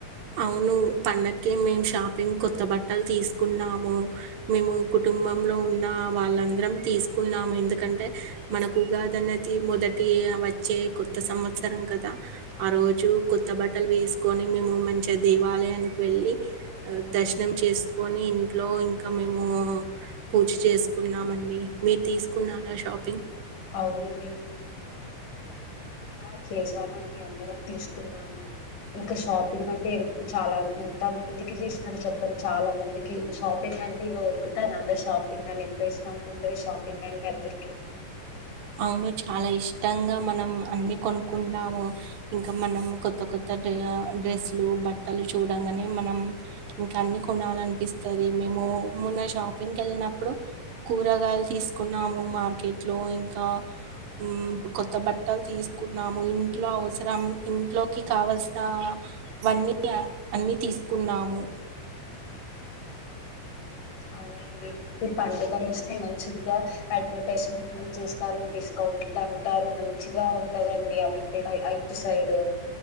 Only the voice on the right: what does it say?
అవును పండక్కి మేము షాపింగ్ కొత్త బట్టలు తీసుకున్నాము. మేము కుటు కుటుంబంలో ఉన్న వాళ్ళందరం తీసుకున్నాము. ఎందుకంటే, మనకు ఉగాది అనేది మొదటి ఏ వచ్చే కొత్త సంవత్సరం కదా! ఆ రోజు కొత్త బట్టలు వేసుకొని మేము మన్ చి దేవాలయానికి వెళ్ళి దర్శనం చేసుకొని, ఇంట్లో ఇంకా మేము పూజ చేసుకున్నామండి. మీరు తీసుకున్నారా షాపింగ్
అవును చాలా ఇష్టంగా మనం అన్ని కొనుక్కుంటాము. ఇంకా మనం కొత్త కొత్త డ్రెస్లు బట్టలు చూడంగనే మనం ఇంక అన్ని కొనాలనిపిస్తది. మేమ్ మో, మొన్న షాపింగ్కి వెళ్ళినప్పుడు కూరగాయలు తీసుకున్నాము మార్కెట్ లో ఇన్ కా మ్ కొత్త బట్టలు తీసుకున్నాము. ఇంట్లో అవసరం ఇంట్లోకి కావల్సిన, వన్నీ అన్ని తీసుకున్నాము.